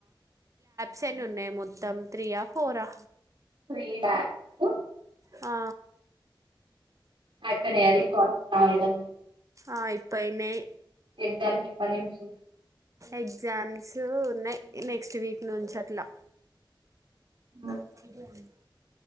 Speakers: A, on the right; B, on the right.
A: సెన్ ఉన్నయ్ మొత్తం త్రియా ఫోరా
B: త్రీ లాబ్స్
A: ఆ
B: అయిపోయినయా రికార్డ్స్ రాయడం.
A: ఆ ఇప్పపోయ్ నై
B: ఎగ్జామ్స్ ఇప్పటి నుంచి
A: ఎగ్జామ్స్ ఉన్నయ్, నెక్స్ట్ వీక్ నుంచి అట్లా
B: ఓ
A: ఇడి